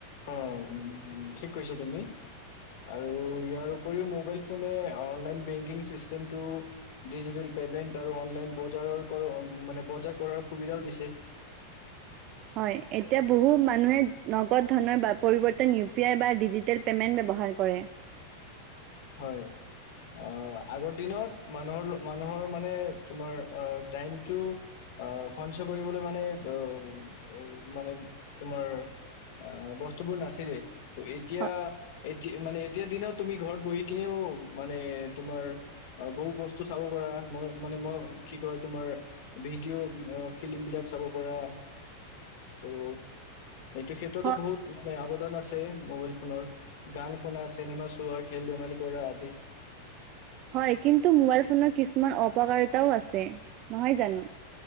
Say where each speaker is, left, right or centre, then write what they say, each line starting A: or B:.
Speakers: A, on the left; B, on the right.
A: অ ঠিক কৈছা তুমি আৰু ইয়াৰ উপৰিও মোবাইল ফোনে অনলাইন বেংকিং চিষ্টেমটো ডিজিটেল পেমেণ্ট আৰু অনলাইন বজাৰৰ মানে বজাৰ কৰাৰ সুবিধাও দিছে।
B: হয় এতিয়া বহু মানুহে নগদ ধনৰ বা পৰিৱৰ্তন ইউ পি আই বা ডিজিটেল পে'মেণ্ট ব্যৱহাৰ কৰে।
A: হয় আহ আগৰ দিনত মানুহৰ মানুহৰ মানে তোমাৰ আহ টাইমটো আহ সঞ্চয় কৰিবলৈ মানে আহ মানে তোমাৰ অ বস্তুবোৰ নাছিলেই। ত এতিয়া
B: হয়
A: এতিয়া মানে। ন তুমি ঘৰত বহি কিনেও মানে তোমাৰ বহু বস্তু চাব পাৰা ম মানে ম কি কয় তোমাৰ ভিডিঅ' ফিল্ম বিলাক চাব পাৰা ত' এইটো ক্ষেত্ৰতো
B: হয়,
A: বহুত আবেদন আছে মোবাইল ফোনৰ গান শুনা আছে চিনেমা চোৱা খেল ধেমালি কৰা আদি
B: হয় কিন্তু মোবাইল ফোনৰ কিছুমান অপকাৰিতাও আছে নহয় জানো